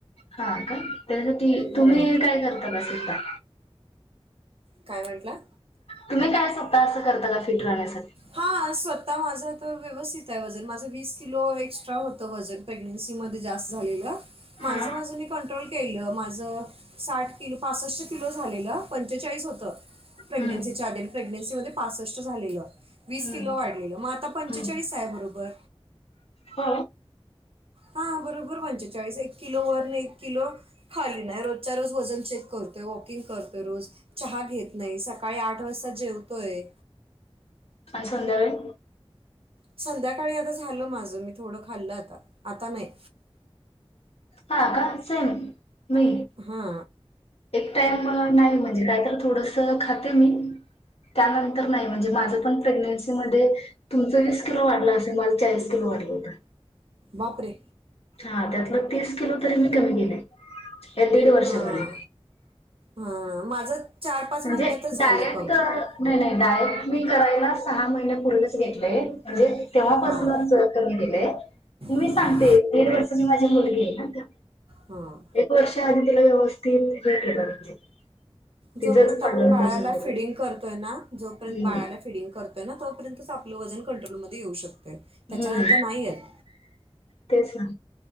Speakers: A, on the left; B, on the right.
A: हा का त्यासाठी तुम्ही
B: हम्म.
A: काय करता बसता
B: काय म्हटला
A: तुम्ही काय सधता असं करता का फिट रा आहे सर
B: हा असवत आता माझं तर व्यवस्थित आहे वजन माझं वीस किलो एक्स्ट्रा होतं वजन प्रेग्नेन्सीमध्ये जास्त झालेलं माझं
A: हा
B: माजू मी कंट्रोल केलं माझ साठ किलो पासष्ट किलो झालेलं पंचेचाळीस होत प्रेग्नंसीच्या
A: हम्म
B: आधी प्रेग्नं प्रेग्नसी मध्ये पासष्ट झालेलं. वीस
A: हम्म
B: किलो वाढलेल मग आता पंचेचाळीस
A: हम्म
B: हाय बरोबर.
A: हो
B: हा बरोबर पंचेचाळीस एक किलो वर नाही एक किलो खाली नाही. रोजच्या रोज वजन चेक करतोय. वॉकिंग करतोय. रोज चहा घेत नाही. सकाळी आठ वाजता जेवतोय.
A: आणि संध्याकाळी?
B: संध्याकाळी आता झालं माझं मी थोडं खाल्लं आता. आता नाही.
A: ह का सेम मी
B: हा.
A: एक टाइम नाही म्हणजे काहीत थोडस खाते मी त्यानंतर नाही म्हणजे माझ पण प्रेग्नसी -- मध्ये तुमचही -- किलो वाढला असेल माझं चाळीस किलो वाढलं होतं.
B: बापरे!
A: हा, त्यातलं तीस किलो तरी मी कमी केलंय. या दीड वर्षामध्ये.
B: हां हां माझं चार पाच
A: म्हणजे
B: महिन्यातच झालं
A: डाएटअ
B: कमी
A: नाही नाही डाएट- - मी करायला सहा महिन्यापूर्वीच घेतलय म्हणजे तेव्हापासूनच
B: हां
A: कमी केलंय. मी
B: हां
A: सांगते दीड वर्षाची माझी मुल फ्री ना त्या
B: हां
A: एक वर्ष आधी तेला व्यवस्थित हे केलं म्हणजे.
B: जोपर्यंत
A: तिचंच पालन
B: आपण बाळाला
A: पोषण केलं.
B: फिडिंग करतोय ना जोपर्यंत
A: हम्म
B: बाळाला फिडिंग करत तय ना तोपर्यंतच आपलं वजन कंट्रोलमध्ये येऊ शक तय. त्याच्यानंतर
A: हम्म
B: नाही येत.
A: तेच ना